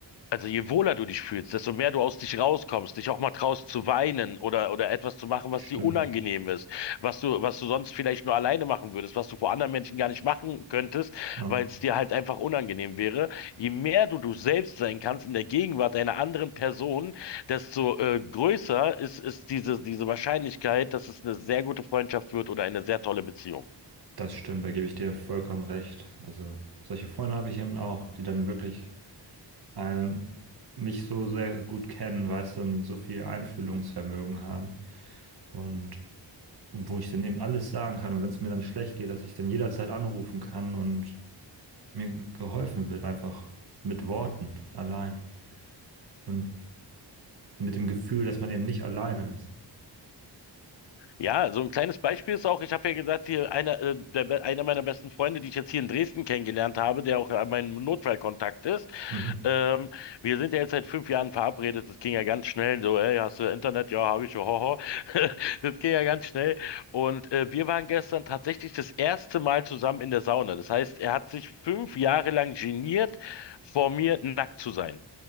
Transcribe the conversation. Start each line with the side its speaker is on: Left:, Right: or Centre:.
Left: Also je wohler du dich fühlst, desto mehr du aus dich rauskommst, dich auch mal traust zu weinen oder oder etwas zu machen, was
Right: Stimmt.
Left: dir unangenehm ist, was du was du sonst vielleicht nur alleine machen würdest, was du vor anderen Menschen gar nicht machen könntest,
Right: Ja,
Left: weil es dir halt einfach unangenehm wäre. Je mehr du du selbst sein kannst in der Gegenwart einer anderen Person, desto äh, größer ist ist diese diese Wahrscheinlichkeit, dass es eine sehr gute Freundschaft wird oder eine sehr tolle Beziehung.
Right: das stimmt, da gebe ich dir vollkommen recht. Also solche Freunde habe ich eben auch, die dann wirklich einen, mich so sehr gut kennen, weißt du, und so viel Einfühlungsvermögen haben. Und wo ich dann eben alles sagen kann. Und wenn es mir dann schlecht geht, dass ich dann jederzeit anrufen kann und mir geholfen wird, einfach mit Worten allein. Und mit dem Gefühl, dass man eben nicht alleine ist.
Left: Ja, so ein kleines Beispiel ist auch, ich habe ja gesagt, hier einer, äh, der, be- einer meiner besten Freunde, die ich jetzt hier in Dresden kennengelernt habe, der auch äh, mein Notfallkontakt ist.
Right: Mhm.
Left: Ähm, wir sind ja jetzt seit fünf Jahren verabredet. Das ging ja ganz schnell. So, ey, hast du Internet? Ja, habe ich. Hoho. <laughs> Das ging ja ganz schnell. Und äh, wir waren gestern tatsächlich das erste Mal zusammen in der Sauna. Das heißt, er hat sich fünf Jahre lang geniert, vor mir nackt zu sein.